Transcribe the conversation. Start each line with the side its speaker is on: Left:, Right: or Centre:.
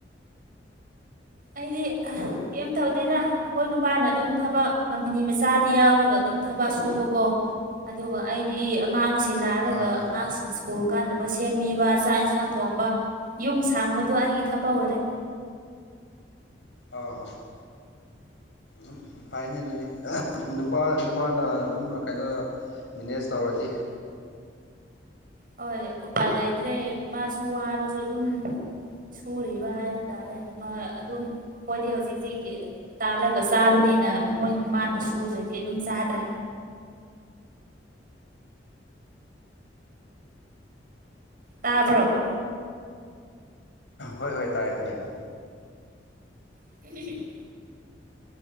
Right: ꯑꯩꯗꯤ ꯑ ꯀꯔꯤꯝ ꯇꯧꯗꯦꯗ ꯑꯩꯈꯣꯏ ꯅꯨꯄꯥꯅ ꯑꯗꯨꯝ ꯊꯕꯛ ꯀꯝꯄꯅꯤ ꯃꯆꯥꯗ ꯌꯥꯎꯔꯒ ꯑꯗꯨꯝ ꯊꯕꯛ ꯁꯨꯕꯀꯣ ꯑꯗꯨꯒ ꯑꯩꯗꯤ ꯑꯉꯥꯡ ꯁꯦꯅꯥꯔꯒ
Left: ꯑꯥ ꯑꯥ
Right: ꯑꯉꯥꯡꯁꯤꯡ ꯁ꯭ꯀꯨꯟ ꯀꯥꯟꯅꯕ ꯁꯦꯝꯕꯤꯕ ꯆꯥꯛ ꯏꯟꯁꯥꯡ ꯊꯣꯡꯕ ꯌꯨꯝ ꯁꯥꯡꯕꯗꯣ ꯑꯩꯒꯤ ꯊꯕꯛ ꯑꯣꯏꯔꯦ
Left: ꯑꯥ ꯑꯥ ꯎꯝ ꯐꯪꯅꯦ ꯑꯗꯨꯗꯤ <unintelligible> ꯅꯨꯄꯥ ꯅꯨꯄꯥꯅ ꯑꯗꯨꯝ ꯀꯩꯅꯣ ꯃꯦꯅꯦꯖ ꯇꯧꯔꯗꯤ
Right: ꯍꯣꯏ ꯎꯄꯥꯏ ꯂꯩꯇ꯭ꯔꯦ ꯃꯥꯁꯨ ꯋꯥꯔꯁꯨ ꯑꯗꯨꯝ ꯁꯨꯔꯤꯕ ꯍꯥꯏꯕ ꯇꯥꯔꯦ ꯑꯗꯨꯝ ꯑꯈꯣꯏꯗꯤ ꯍꯧꯖꯤꯛ ꯍꯧꯖꯤꯛꯀꯤ ꯇꯥꯜꯂꯒ ꯆꯥꯕꯅꯦꯅ ꯃꯣꯏ ꯃꯥꯅ ꯁꯨꯗ꯭ꯔꯗꯤ ꯑꯗꯨꯝ ꯆꯥꯗ꯭ꯔꯦ ꯇꯥꯕꯔꯣ
Left: ꯍꯣꯏ ꯍꯣꯏ ꯇꯥꯏꯑꯦ ꯇꯥꯏꯑꯦ ꯎꯝ
Right: <unintelligible>